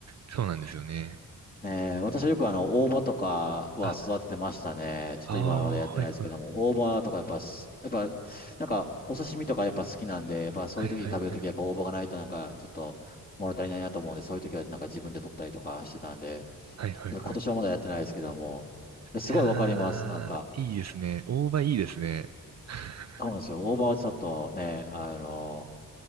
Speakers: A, on the right; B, on the left.
A: そうなんですよね。
B: えー、私はよくあの、大葉とかは育ててましたね。
A: あ、
B: ちょっと今までやってないですけども、
A: ああ、はいはい。
B: 大葉とかやっぱす、やっぱ、なんか、お刺身とかやっぱ好きなんで、やっぱそういう時に食べる時はやっぱ大葉がないとなんか、
A: はいはいはい。
B: ちょっと物足りないなと思うんで、そういう時はなんか自分で取ったりとかしてたんで、
A: はいはいはい。
B: 今年はまだやってないですけども、すごいわかります。
A: いやー、
B: なんか、
A: いいですね。大葉いいですね。<laughs>
B: そうなんですよ。大葉はちょっとね、あの、